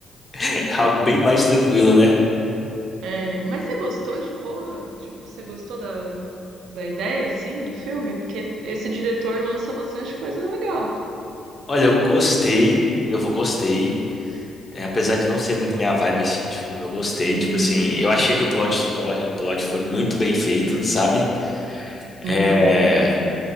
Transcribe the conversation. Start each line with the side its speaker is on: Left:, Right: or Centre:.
Left: é algo bem mais tranquilo, né?
Right: É, mas você gostou de Corra? Tipo, você gostou da, da ideia assim do filme? Porque esse diretor lança bastante coisa legal.
Left: Olha, eu gostei, eu vou gostei. É, apesar de não ser muito minha vibe esse tipo de filme, eu gostei.
Right: Hum,
Left: Tipo assim, eu achei que o plot, o plot foi muito bem feito, sabe? É,
Right: uhum.